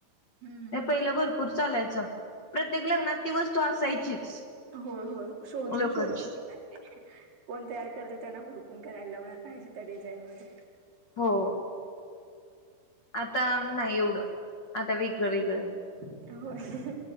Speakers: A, on the right; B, on the left.
A: हम्म
B: हे
A: हम्म
B: पहिलं भरपूर चालायचं प्रत्येक लग्नात ती वस्तू असायचीच
A: हो हो शोधून
B: लोकरची
A: शोधून घेणार कोण तयार करते त्यांना हुडकून करायला लावणार पाहिजे त्या डिझाईन मध्ये
B: हो आता नाही एवढं आता वेगळं वेगळं
A: होय